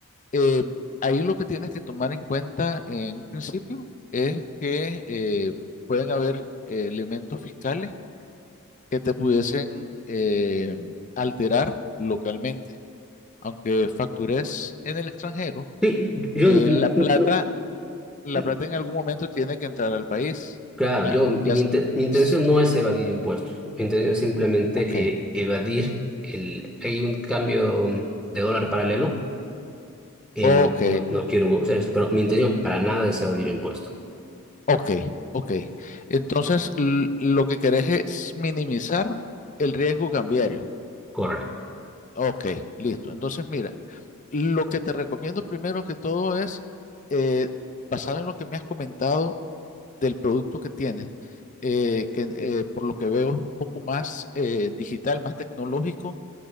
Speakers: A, on the left; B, in the centre.
A: eh, ahí lo que tienes que tomar en cuenta en un principio es que eh, pueden haber eh, elementos fiscales que te pudiesen eh, alterar localmente. Aunque factures en el extranjero
B: Sí, yo,
A: Eh,
B: n- n-
A: la plata,
B: n-
A: la
B: n-
A: plata en algún momento tiene que entrar al país,
B: claro,
A: ¿ya?
B: yo, mi,
A: Ya. s-
B: inte- mi intención
A: s-
B: no es evadir impuestos, mi intención es simplemente
A: Ok,
B: eh, evadir el, hay un cambio mm, de dólar paralelo, eh,
A: ok,
B: no, no, no quiero usar eso, pero mi intención para nada es evadir impuestos.
A: ok, ok. ok. Entonces, l- lo que querés es minimizar el riesgo cambiario.
B: Correcto,
A: Ok, listo. Entonces, mira, lo que te recomiendo primero que todo es, eh, basado en lo que me has comentado del producto que tienes, eh, que eh, por lo que veo es un poco más eh, digital, más tecnológico